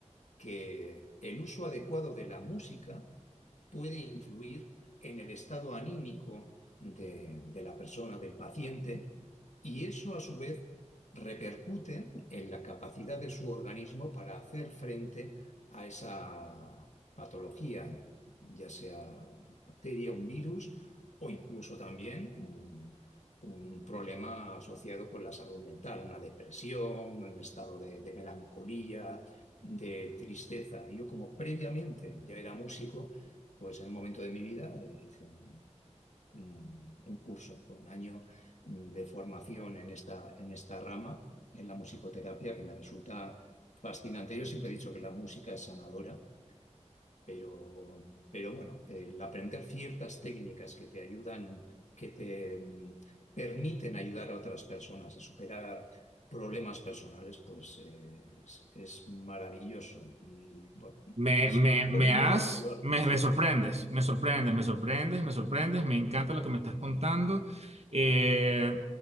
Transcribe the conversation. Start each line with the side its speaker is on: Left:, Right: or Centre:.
Left: que el uso adecuado de la música puede influir en el estado anímico de, de la persona, del paciente, y eso a su vez repercute en la capacidad de su organismo para hacer frente a esa patología, ya sea una bacteria, un virus o incluso también un, un problema asociado con la salud mental, una depresión, un estado de, de melancolía, de tristeza. Yo como previamente ya era músico, pues en un momento de mi vida eh, hice un, un- un curso, un año mm, de formación en esta, en esta rama, en la musicoterapia, que me resulta fascinante. Yo siempre he dicho que la música es sanadora, pero, pero bueno, el aprender ciertas técnicas que te ayudan, que te mm, permiten ayudar a otras personas a superar problemas personales, pues eh, es, es maravilloso. Y bueno,
Right: Me,
Left: se
Right: me,
Left: lo recomiendo.
Right: me has,
Left: se lo-
Right: me,
Left: sí.
Right: me sorprendes, me sorprendes, me sorprendes, me sorprendes, me encanta lo que me estás contando. Eh,